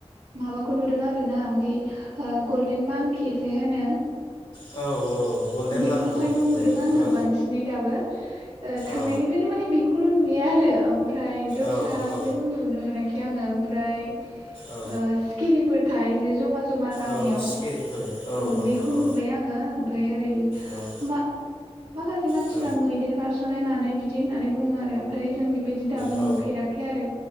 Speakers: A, on the right (about 85°); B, on the left (about 60°).
A: माबाखौ नुदों आरो ना बे ओ गल्डेन मांकि जे होनो
B: औ औ गल्डेन
A: बेखौहायल'
B: लांगुर
A: नुदों
B: जायखौनो
A: आङो
B: औ
A: बांसिनै दाबो ओ थांनायनिफ्रायनो
B: औ
A: माने बेखौल' नुयो आरो ओम ओमफ्राय दस्रा
B: औ औ
A: जेबो नुनो मोनाखै आङो ओमफ्राय ओ
B: औ
A: सिखिरि फोर थायो जे जमा जमा लामायाव
B: औ सिखिरिफोर
A: औ बेखौ
B: औ
A: नुबाय आङो ओमफ्राय ओरै
B: औ
A: मा-माखासे मानसिफोरा
B: औ
A: मैदेर बारस'नाय मानाय बिदि होननानै बुङो आरो ओमफ्राय जों बेबायदि दाबो
B: औ
A: नुफेराखै आरो